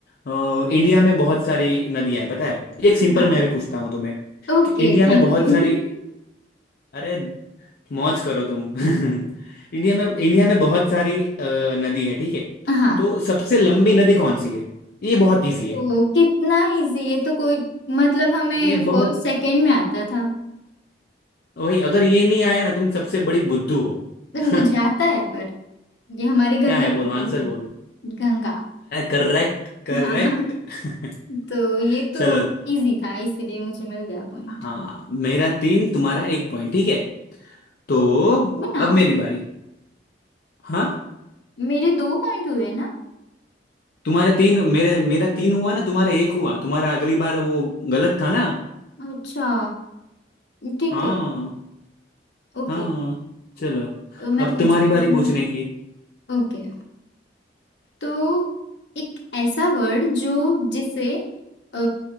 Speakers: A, on the left; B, on the left.
A: अ, इंडिया में बहुत सारी नदियां हैं पता है एक सिंपल
B: हाँ
A: मैं अभी पूछता हूँ तुम्हें
B: Okay
A: कि इंडिया में
B: thank
A: बहुत
B: you
A: सारी अरे मौज करो तुम <laughs> इंडिया में इंडिया में बहुत सारी अ, नदी है ठीक है
B: <laughs> हाँ
A: तो सबसे लंबी नदी कौन सी है ये बहुत इजी
B: ओ
A: है
B: कितना इजी ये तो कोई मतलब हमें
A: ये
B: फर्स्ट
A: बहुत
B: सेकंड में आता था
A: तो भाई अगर ये नहीं आया ना तुम सबसे बड़ी बुद्धू हो
B: तो मुझे
A: <laughs>
B: आता है पर ये हमारी गंगा
A: क्या है बोलो
B: नदी
A: आंसर
B: है
A: बोलो
B: गंगा
A: Correct correct
B: हाँ
A: <laughs>
B: तो ये
A: चलो
B: तो इजी था इसलिए मुझे मिल गया पॉइंट
A: हाँ मेरा तीन तुम्हारा एक पॉइंट ठीक है तो
B: ओ वो ना
A: अब मेरी बारी हाँ
B: मेरे दो पॉइंट हुए ना
A: तुम्हारे तीन मेरे मेरा तीन हुआ ना तुम्हारा एक हुआ तुम्हारा अगली बार वो गलत था ना
B: अच्छा ठीक
A: हाँ
B: है ओके
A: हाँ चलो
B: तो मैं
A: अब
B: पूछती
A: तुम्हारी बारी
B: हूँ तुम्हें
A: पूछने की
B: ओके तो एक ऐसा वर्ड जो जिसे अ,